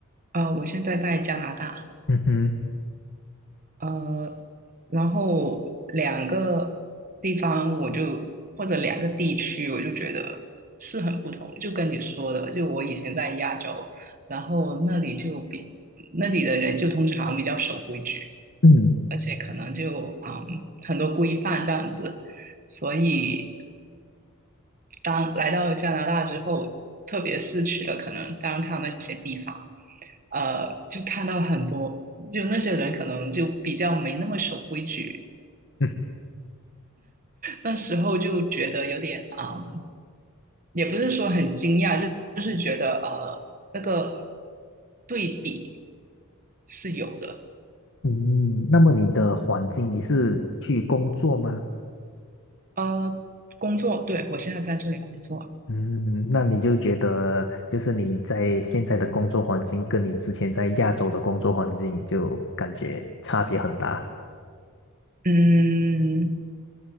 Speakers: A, on the right; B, on the left.
A: 啊，我现在在加拿大。
B: 嗯哼，
A: 呃，然后两个地方我就或者两个地区，我就觉得是很不同。就跟你说的，就我以前在亚洲，然后那里就比那里的人就通常比较守规矩，
B: 嗯
A: 而且可能就嗯很多规范这样子，所以当来到加拿大之后，特别是去了可能 downtown 那些地方，呃，就看到很多，就那些人可能就比较没那么守规矩，
B: 嗯
A: 那时候就觉得有点啊、呃也不是说很惊讶，就就是觉得呃那个对比是有的。
B: 嗯，那么你的环境，你是去工作吗？
A: 呃，工作，对，我现在在这里工作，
B: 嗯，那你就觉得就是你在现在的工作环境跟你之前在亚洲的工作环境就感觉差别很大。
A: 嗯，